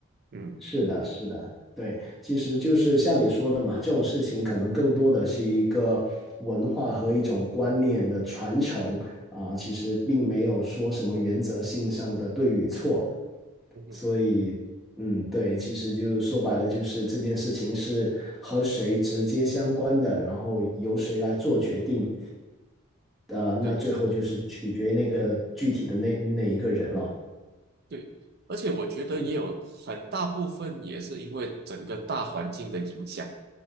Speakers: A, on the right; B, in the centre.
A: 嗯，
B: 是的，是的，对，其实就是像你说的嘛，这种事情可能更多的是一个文化和一种观念的传承啊，其实并没有说什么原则性上的对与错，
A: 嗯哼
B: 所以，嗯，对，其实就说白了，就是这件事情是和谁直接相关的，然后由谁来做决定，呃，那最后就是取决于那个具体的那那一个人了。
A: 对对，而且我觉得也有很大部分也是因为整个大环境的影响。
B: 嗯